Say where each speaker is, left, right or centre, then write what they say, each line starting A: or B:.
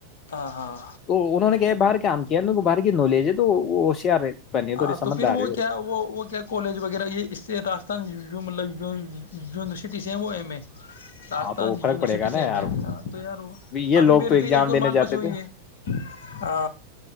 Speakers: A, on the left (about 60°); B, on the left (about 35°).
A: ہاں ہاں
B: تو انہوں نے کیا باہر کیا کام کیا کو باہر کی نوالج ہے تو وہ ہو شیار ہے بنے
A: ہاں
B: سمجھدار
A: تو پھر وہ
B: ہے اور
A: کیا وہ وہ کیا کالج وغیرہ یہ اس سے راستان جو مطب ونیورسٹی سےیم وہ ایم اے راجستھان
B: ہاں تو فرق
A: یونیورسٹی
B: پڑے گا
A: سے
B: نا یار
A: میں ہ تو یار ہا
B: یہ
A: ابھی
B: لوگ
A: میری
B: ایگزام
A: تو ایک اور
B: دینے
A: مان
B: جاتے
A: پس ہوئی
B: تھے
A: ہے ہ